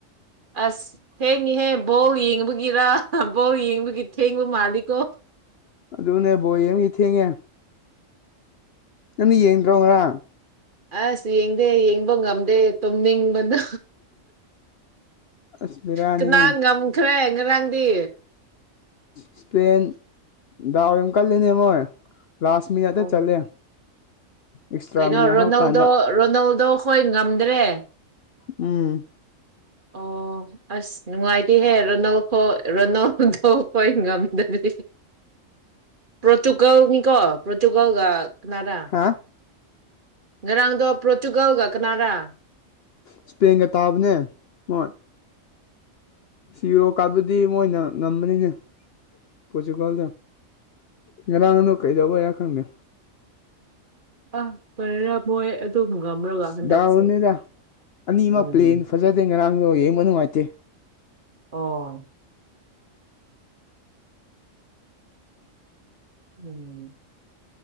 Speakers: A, on the right; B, on the left.
A: ꯑꯁ ꯊꯦꯡꯉꯤꯍꯦ ꯕꯣꯜ ꯌꯦꯡꯕꯒꯤꯔ ꯕꯣꯜ ꯌꯦꯡꯕꯒꯤ ꯊꯦꯡꯕ ꯃꯥꯜꯂꯤꯀꯣ
B: ꯑꯗꯨꯅꯦ ꯕꯣꯜ ꯌꯦꯡꯕꯒꯤ ꯊꯦꯡꯉꯦ ꯅꯪꯗꯤ ꯌꯦꯡꯗ꯭ꯔꯣ ꯉꯔꯥꯡ
A: ꯑꯁ ꯌꯦꯡꯗꯦ ꯌꯦꯡꯕ ꯉꯝꯗꯦ ꯇꯨꯝꯅꯤꯡꯕꯅ
B: ꯑꯁ ꯕꯦꯔꯥꯅꯤ
A: ꯀꯅꯥꯟ ꯉꯝꯈ꯭ꯔꯦ ꯉꯔꯥꯡꯗꯤ
B: ꯏꯁꯄꯦꯟ ꯗꯥꯎ ꯌꯥꯝ ꯀꯜꯂꯦꯅꯦ ꯃꯣꯏ ꯂꯥꯁ ꯃꯤꯅꯠꯇ
A: ꯑꯣ
B: ꯆꯜꯂꯦ ꯑꯦꯛꯁꯇ꯭ꯔꯥ
A: ꯀꯩꯅꯣ
B: ꯃꯤꯅꯠ
A: ꯔꯣꯅꯥꯜꯗꯣ
B: ꯍꯥꯞꯀꯥꯟꯗ
A: ꯔꯣꯅꯥꯜꯗꯣ ꯍꯣꯏ ꯉꯝꯗ꯭ꯔꯦ
B: ꯎꯝ
A: ꯑꯣ ꯑꯣ ꯑꯁ ꯅꯨꯡꯉꯥꯏꯇꯦꯍꯦ ꯔꯣꯅꯣꯜꯈꯣ ꯔꯣꯅꯥꯜꯗꯣ ꯈꯣꯏ ꯉꯝꯗꯔꯗꯤ ꯄ꯭ꯔꯣꯇꯨꯒꯜꯅꯤꯀꯣ ꯄ꯭ꯔꯣꯇꯨꯒꯜ ꯀꯅꯥꯔ
B: ꯍꯥ
A: ꯉꯔꯥꯡꯗ ꯄ꯭ꯔꯣꯇꯨꯒꯜꯒ ꯀꯅꯔ
B: ꯏꯁꯄꯦꯟꯒ ꯇꯥꯕꯅꯦ ꯃꯣꯏ ꯁꯤꯔꯣ ꯀꯥꯕꯇꯨꯗꯤ ꯃꯣꯏꯅ ꯉꯝꯕꯅꯤꯅꯦ ꯄ꯭ꯔꯣꯇꯨꯒꯥꯜꯗꯣ ꯉꯔꯥꯡꯗꯣ ꯀꯩꯗꯧꯕꯩꯔ ꯈꯪꯗꯦ
A: ꯑ ꯀꯔꯤꯔ ꯃꯣꯢ ꯑꯗꯨ ꯇꯨꯝ ꯉꯝꯔꯒ ꯍꯟꯗꯛꯁ
B: ꯗꯥꯎꯅꯤꯗ ꯑꯅꯤꯃꯛ
A: <unintelligible> ꯎꯝ
B: ꯄ꯭ꯂꯦꯟ ꯐꯖꯗꯦ ꯉꯔꯥꯡꯗꯣ ꯌꯦꯡꯕ ꯅꯨꯡꯉꯥꯏꯇꯦ
A: ꯑꯣ ꯎꯝ